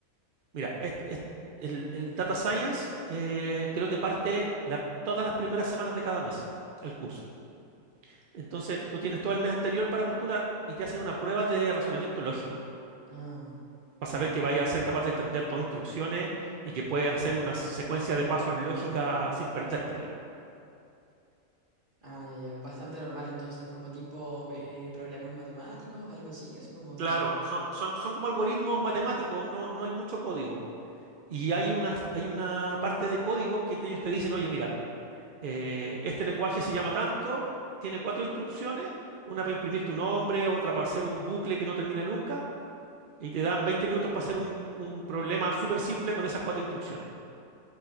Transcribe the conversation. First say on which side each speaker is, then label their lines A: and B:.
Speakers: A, on the right (about 55°); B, on the right (about 35°).
A: Mira, es- es- el, el Data Science eh, creo que parte la- todas las primeras semanas de cada mes, el curso. Entonces, tú tienes todo el mes anterior para postular y te hacen una prueba de razonamiento lógico.
B: Ah,
A: para
B: ya.
A: saber que vaya a ser capaz de entender dos instrucciones y que puedes hacer una secuencia de pasos lógica sin perderte, digamos.
B: Ah, ya, ya, bastante normal entonces, como tipo eh, problemas matemáticos, algo así, así como de...
A: Claro, son, son, son como algoritmos matemáticos, no, no hay mucho código. Y hay una, hay una parte de código que te- ellos te dicen, oye, mira, eh, este lenguaje se llama tanto, tiene cuatro instrucciones, una para imprimir tu nombre, otra para hacer un bucle que no termina nunca, y te dan 20 minutos para hacer un, un problema súper simple con esas cuatro instrucciones.